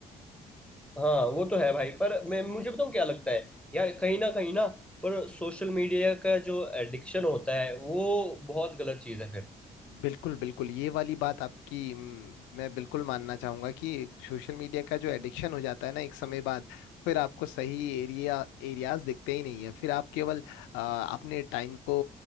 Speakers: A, in the centre; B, on the left.
A: हाँ वो तो है भाई पर मैं मुझे बताऊँ क्या लगता है यार कहीं ना कहीं ना पर सोशल मीडिया का जो एडिक्शन होता है वो बहुत गलत चीज़ है फिर
B: बिल्कुल बिल्कुल ये वाली बात आपकी हम्म, मैं बिल्कुल मानना चाहूंगा कि सोशल मीडिया का जो एडिक्शन हो जाता है ना एक समय बाद फिर आपको सही एरिया एरियाज दिखते ही नहीं है फिर आप केवल आ, अपने टाइम को